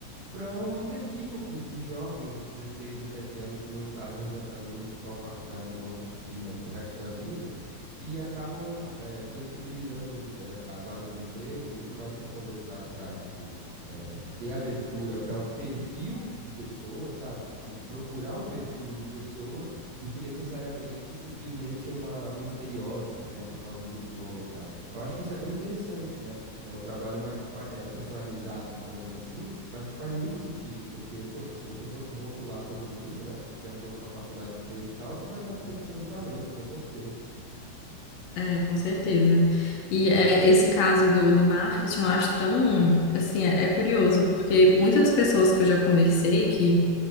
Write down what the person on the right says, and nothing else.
para os equívocos de jovens de 16, 17 anos que não sabem <laughs> exatamente qual faculdade vão decidir, né, para o resto da vida e acabam eh, flexibilizando eh, as vagas de emprego muito mais para conversar, para tipo eh, ter abertura para um perfil de pessoa, sabe? E procurar um perfil de pessoa do que necessariamente simplesmente uma, um estereótipo, né, por causa do diploma e tal. Eu acho que isso é bem interessante, né? É um trabalho mais pa- eh, personalizado, digamos assim, mas que faz muito sentido, porque, poxa, se você fosse rotular todo mundo, né, de acordo com a faculdade que fez e tal, você vai estar desperdiçando talento, com certeza.